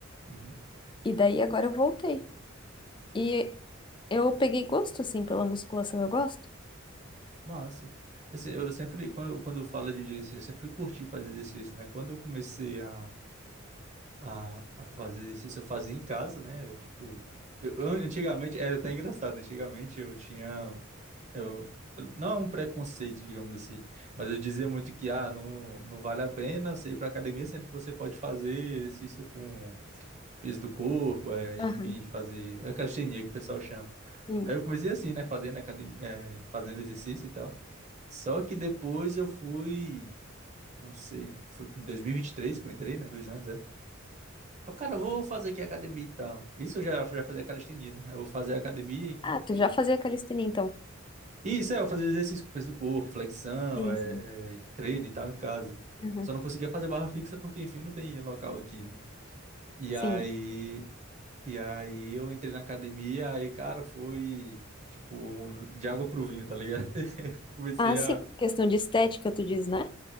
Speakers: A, on the right; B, on the left.
A: Uhum.
B: E daí agora eu voltei. E eu peguei gosto, assim, pela musculação, eu gosto.
A: Massa. Assim, eu sempre quando quando eu falo de exercício, eu sempre curti fazer exercício, né? Quando eu comecei a a, a fazer exercício, eu fazia em casa, né? Eu, Tipo, eu, eu- antigamente era até engraçado, antigamente eu tinha Eu, não é um preconceito, digamos assim, mas eu dizia muito que ah, não, não vale a pena você ir para academia, sendo que você pode fazer exercício com peso do corpo, é, enfim,
B: Aham,
A: fazer é aquela calistenia que o pessoal chama.
B: sim.
A: Aí eu comecei assim, né, fazendo academia, é, fazendo exercício e tal. Só que depois eu fui, não sei, foi em dois mil e e vinte e três que eu entrei, né, dois anos, é. Eu, cara, vou fazer aqui academia e tal. Isso eu já, já fazia calistenia, né? Eu vou fazer academia, enfim.
B: Ah, tu já fazia calistenia, então.
A: Isso, é, eu fazia exercício com peso do corpo, flexão,
B: Sim,
A: é,
B: sim.
A: é, treino e tal em casa.
B: Aham.
A: Só não conseguia fazer barra fixa porque, enfim, não tem local aqui, né? E
B: Sim.
A: aí, e aí eu entrei na academia, aí, cara, foi, tipo, de água pro vinho, tá ligado? <laughs> Comecei
B: Ah, sim.
A: a...
B: Questão de estética, tu diz, né?